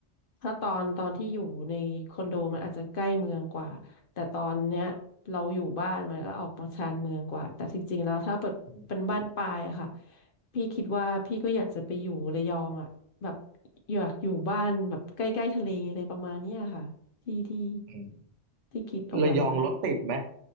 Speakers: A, on the left; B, on the right.
A: ถ้าตอนตอนที่อยู่ในคอนโดมันอาจจะใกล้เมืองกว่าแต่ตอนเนี้ยเราอยู่บ้านมันก็ออกมาชานเมืองกว่าแต่จริงๆแล้วถ้าเปิดเป็นบ้านปลายอะค่ะ
B: อืม
A: พี่คิดว่าพี่ก็อยากจะไปอยู่ระยองอะแบบอยากอยู่บ้านแบบใกล้ๆทะเลอะไรประมาณเนี้ยค่ะที่ที่
B: อืม
A: ที่คิดเอาไว้อะ
B: ระยองรถติดไหม